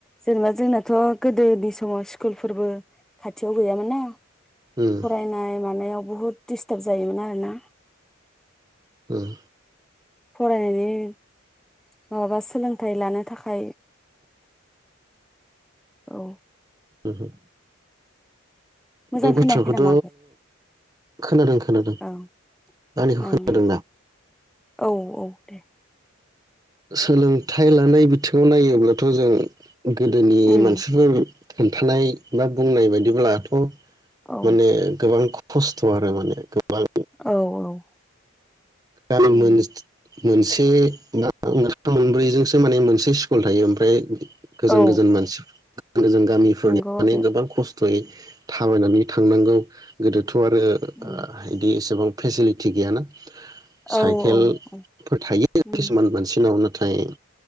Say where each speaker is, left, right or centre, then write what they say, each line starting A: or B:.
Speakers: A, in the centre; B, on the right (about 15°).
A: जेनेबा जोंनाथ गोदोनि समाव स्कुलफोरबो खाथियाव गैयामोन ना
B: उम
A: फरायनाय मानायाव बुहुत दिडिस्टार्ब जायोमोन आरोना
B: उम
A: फरायनायनि माबाबा सोलोंथाइ लानो थाखाय औ
B: ओहोम
A: मोजां
B: बे बाथ्राखौथ
A: खोनायाखै नामा आगै
B: खोनादों खोनादों
A: ओं
B: आंनिखौ
A: ओं
B: खोनादोंना।
A: औ औ दे
B: सोलोंथाइ लानाय बिथिङाव नायोब्लाथ जों गोदोनि
A: उम
B: मानसिफोर खोन्थानाय बा बुंनाय बायदिब्लाथ'
A: औ
B: माने गोबां खस्थ आरो माने गोबां
A: औ औ
B: <unintelligible> मोनसे
A: उम
B: मोन्थाम मोनब्रैजोंसो माने मोनसे स्कुल थायो ओमफ्राय गोजान
A: औ
B: गोजान मानसि <inaudible> जों गामिफोरनि
A: नंगौ
B: माने
A: आगै
B: गोबां खस्थयै थाबायनानै थांनांगौ गोदो थ' आरो ओ
A: उम
B: इदि एसेबां फेसिलिटि गैयाना साइकेलफोर
A: औ औ
B: थायो
A: उम
B: खिसुमान मानसिनाव ना थाय